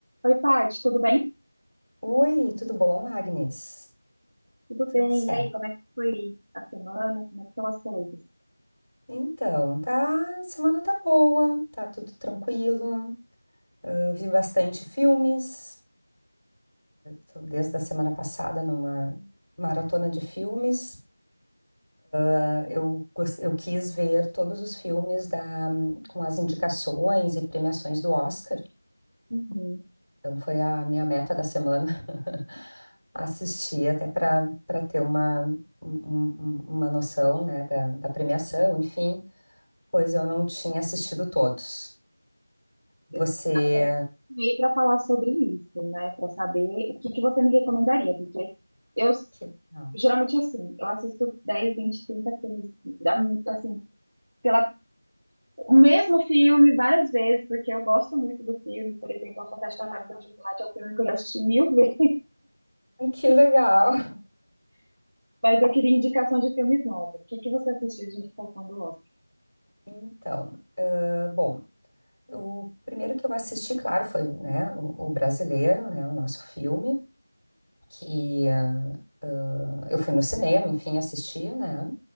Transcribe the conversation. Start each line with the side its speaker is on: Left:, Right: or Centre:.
Right: Oi, Paty, tudo bem?
Left: Oi, tudo bom, Agnes?
Right: Tudo
Left: Tudo
Right: bem.
Left: certo.
Right: E aí, como é que foi a semana? Como é que estão as coisas?
Left: Então, tá, semana tá boa, tá tudo tranquilo. Ah, vi bastante filmes, tô desde a semana passada numa maratona de filmes. Ah, eu, gos- eu quis ver todos os filmes da, com as indicações e premiações do Oscar.
Right: Uhum.
Left: Então foi a minha meta da semana <laughs> assistir até para para ter uma, um- um- um, uma noção, né, da, da premiação, enfim. Pois eu não tinha assistido todos. Você.
Right: Eu até meio para falar sobre isso, né? Para saber o que que você me recomendaria, porque eu s-
Left: Que... legal
Right: geralmente assim, eu assisto 10, 20, 30 filmes da- assim, pela o mesmo filme várias vezes, porque eu gosto muito do filme, por exemplo, A Fantástica
Left: Ah,
Right: Fábrica de Chocolate é um filme que eu já assisti mil vezes,
Left: Que legal.
Right: mas eu queria indicação de filmes novos. O que que você assistiu de indicação do Oscar?
Left: <laughs> então, ah, bom, o primeiro que eu assisti, claro, foi, né, o, o brasileiro, né, o nosso filme, que ah, ah, eu fui no cinema, enfim, assisti, né?